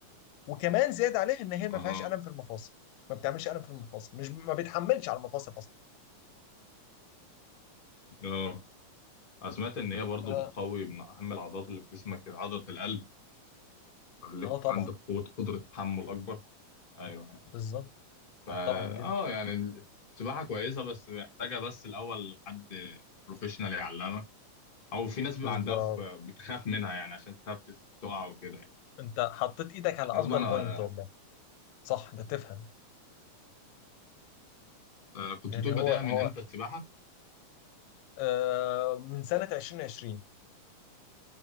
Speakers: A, on the left (about 85°); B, on the left (about 20°).
A: وكمان زاد عليها ان هي ما
B: اها
A: فيهاش ألم في المفاصل ما بتعملش ألم في المفاصل مش ما بتحملش على المفاصل أصلا
B: اه أنا سمعت إن هي برضو
A: اه
B: بتقوي من أهم العضلات اللي في جسمك عضلة القلب يخليك
A: آه طبعا
B: عندك قوة قدرة تحمل أكبر أيوه
A: بالظبط
B: فا
A: طبعا جدا
B: اه يعني السباحة كويسة بس محتاجة بس الأول حد بروفيشنال يعلمك أو في ناس بيبقى
A: بالظبط
B: عندها ف- بتخاف منها يعني عشان تخاف تقع وكده يعني
A: انت حطيت ايدك على افضل
B: غصب عنها
A: بوينت والله صح انت تفهم
B: آه كنت
A: يعني
B: بتقول
A: هو
B: بادئها
A: هو
B: من امتى السباحه
A: آه من سنة 2020